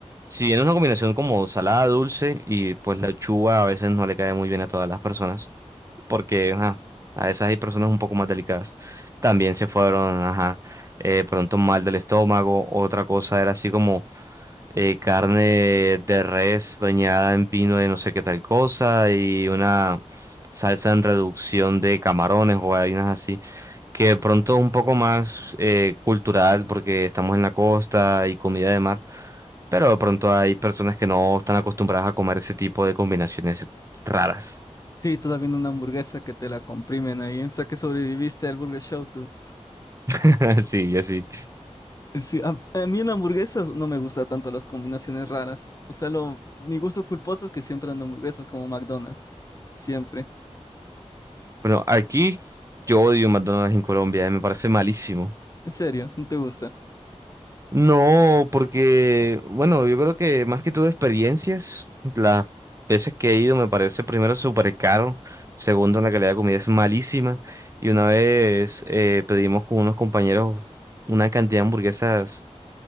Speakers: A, on the right; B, on the left.
A: Si bien es una combinación como salada, dulce, y pues la uchuva a veces no le cae muy bien a todas las personas. porque ajá, a veces hay personas un poco más delicadas. También se fueron, ajá, eh, pronto mal del estómago. Otra cosa era así como eh, carne de res bañada en vino de no sé qué tal cosa y una salsa en reducción de camarones o vainas así. Que de pronto es un poco más eh, cultural porque estamos en la costa y comida de mar. Pero de pronto hay personas que no están acostumbradas a comer ese tipo de combinaciones raras.
B: Sí, todavía en una hamburguesa que te la comprimen ahí. O sea, que sobreviviste al Burger Show tú.
A: <laughs> Sí, y así.
B: Sí, a, a mí en hamburguesas no me gustan tanto las combinaciones raras. O sea, lo, mi gusto culposo es que siempre en hamburguesas como McDonald's. Siempre.
A: Bueno, aquí yo odio McDonald's en Colombia, eh, me parece malísimo.
B: En serio, no te gusta.
A: No, porque, bueno, yo creo que más que todo experiencias, las veces que he ido me parece primero súper caro, segundo la calidad de comida es malísima y una vez eh, pedimos con unos compañeros una cantidad de hamburguesas,